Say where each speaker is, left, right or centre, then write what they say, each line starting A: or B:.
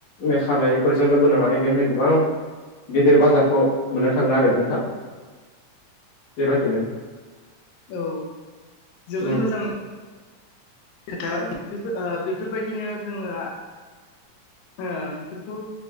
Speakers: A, on the left; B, on the left.
A: मेघालयफोरजों लोगो नांनानै बेहाय गोबां गिदिर बाजारखौ मोननो थाङो आरो नोंथां बेबादिनो।
B: औ जोबोद
A: उम
B: मोजां खोथा बेफोर ओ बेफोरबायदिनो जोङो ओ बेफोरखौ